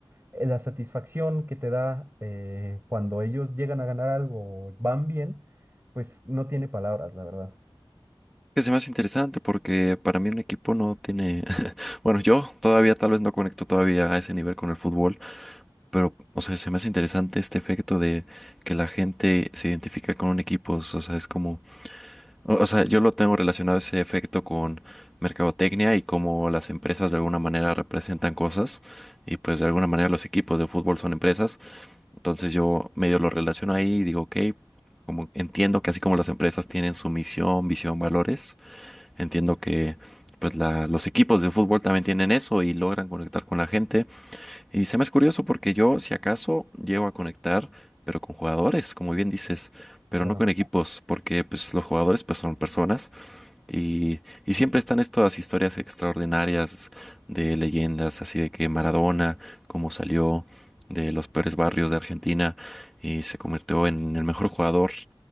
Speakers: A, on the right; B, in the centre.
A: eh, la satisfacción que te da eh, cuando ellos llegan a ganar algo, o van bien, pues no tiene palabras, la verdad.
B: Que se me hace interesante porque para mí un equipo no tiene... <laughs> Bueno, yo todavía tal vez no conecto todavía a ese nivel con el fútbol, pero, o sea, se me hace interesante este efecto de que la gente se identifica con un equipo. O sea, es como O o sea, yo lo tengo relacionado ese efecto con mercadotecnia y cómo las empresas de alguna manera representan cosas y pues de alguna manera los equipos de fútbol son empresas. Entonces yo medio lo relaciono ahí y digo, ok, como entiendo que así como las empresas tienen su misión, visión, valores, entiendo que pues la- los equipos de fútbol también tienen eso y logran conectar con la gente. Y se me es curioso porque yo si acaso llego a conectar, pero con jugadores, como bien dices, pero
A: Claro,
B: no con equipos, porque pues los jugadores pues son personas y, y siempre están estas historias extraordinarias de leyendas, así de que Maradona, cómo salió de los peores barrios de Argentina y se convirtió en el mejor jugador,